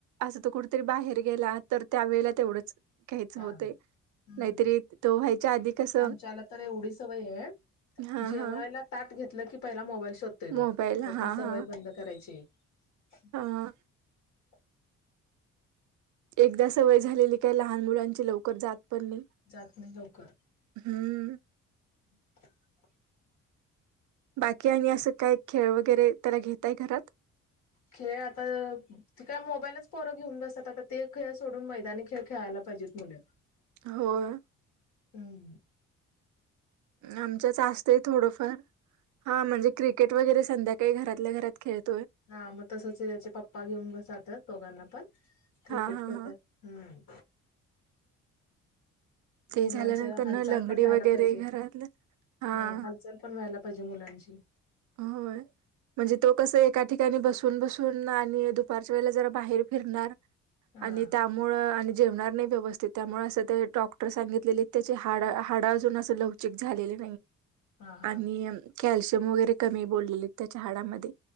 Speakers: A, on the right; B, on the left.
A: असं तो कुठतरी बाहेर गेला तर त्या वेळेला तेवढंच घ्यायचं
B: हा
A: होतय.
B: हम्म
A: नाहीतरी तो व्हायच्या आधी कसं
B: आमच्याला तर एवढी सवय आहे
A: हा
B: जेवायला
A: हा
B: ताट घेतलं की पहिला मोबाईल शोधतोय तो
A: मोबाईल हा
B: तीच सवय
A: हा
B: बंद करायची. <inaudible>
A: हा एकदा सवय झालेली काय लहान मुलांची लवकर जात पण नाही
B: जात नाही लवकर
A: हम्म
B: म <inaudible>
A: बाकी आणि असं काय खेळ वगैरे त्याला घेताय घरात
B: खेळ आता काय मोबाईलच पोरं घेऊन बसतात. आता ते खेळ सोडून मैदानी खेळ खेळायला पाहिजे. म्हणेन
A: होय.
B: हम
A: आमच्याच असतय थोडंफार हा म्हणजे क्रि केट वगैरे संध्याकाळी घरातल्या घरात खेळत
B: हा मग तसच त्याचे पप्पा घेऊन जातात. दोघांना पण क्रिकेट
A: हा हा
B: खेळतात
A: हा
B: हम्म
A: ते
B: <unintelligible> मुलांच्या
A: झाल्यानंतर ना
B: हालचाल
A: लंगडी
B: पण राहायला
A: वगैरे
B: पाहिजे.
A: घरातलं हां.
B: हा, हालचाल पण व्हायला पाहिजे मुलांची.
A: होय. म्हणजे तो कसं, एका ठिकाणी बसून, बसून आणि दुपारच्या वेळेला जरा बाहेर फिरणार.
B: हा
A: आणि त्यामुळं आणि जेवणार नाही व्यवस्थित, त्यामुळे असं ते डॉक्टर सांगितलेले त्याचे हाड हाडा अजून असं लवचिक झालेले
B: हा हा
A: आणि कॅल्शियम वगैरे कमी बोललेले त्याच्या हाडामध्ये